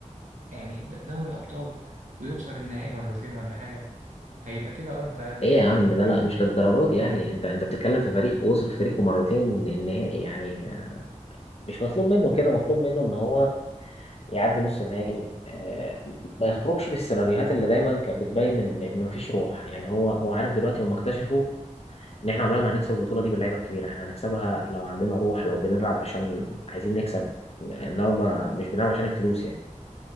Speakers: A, on the right (about 70°); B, on the left (about 50°).
A: يعني د- دوري أبطال ويوصل النهائي مرتين ولا حاجة هيبقى كده اه انت انت
B: ايه
A: كده
B: يا عم
A: فريق
B: ده
A: آه،
B: لا مش للدرجات دي يعني انت انت بتتكلم في فريق وصل في تاريخه مرتين النهائي يعني آه، مش مطلوب منه كده مطلوب منه ان هو يعدي نص النهائي آه، ما يخرجش بالسيناريوهات اللي دايما كانت بتبين ان ان مفيش روح يعني هو هو عارف دلوقتي هم اكتشفوا ان احنا عمرنا ما هنكسب البطوله دي باللعيبه الكبيره احنا هنكسبها لو عندنا روح لو بنلعب عشان عايزين نكسب انما ما- مش بنلعب عشان الفلوس يعني